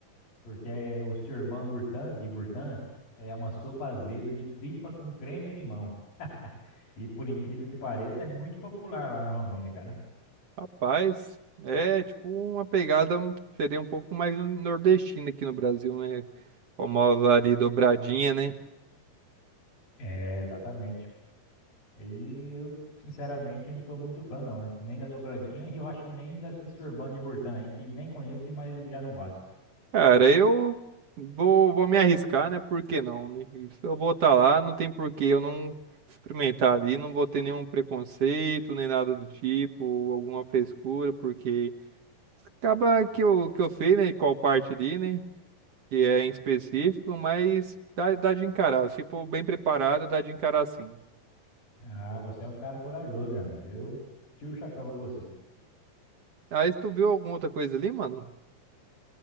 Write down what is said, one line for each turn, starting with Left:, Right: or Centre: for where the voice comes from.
Left: Porque eh, o Churban Burtan, de Burtan é uma sopa azeda de tripa com creme e limão. E por incrível que pareça, é muito popular lá na Romênia, cara.
Right: Rapaz, é tipo uma pegada um, seria um pouco mais nordestina aqui no Brasil, né? Famosa ali dobradinha, né?
Left: É, exatamente. E eu, sinceramente, não sou muito fã, não, né? Nem da dobradinha e eu acho que nem da Cisorban de Burtã, aí, que nem conheço, mas já não gosto.
Right: Cara, eu vou, vou me arriscar, né? Por que não, né? E Se eu vou estar lá, não tem por que eu não experimentar ali, não vou ter nenhum preconceito, nem nada do tipo, ou alguma frescura, porque acaba que eu, que eu sei, né? Qual parte ali, né? Que é em específico, mas dá, dá de encarar. Se for bem preparado, dá de encarar sim.
Left: Ah, você é um cara corajoso, meu amigo. Eu tiro o chapéu pra você.
Right: Aí tu viu alguma outra coisa ali, mano?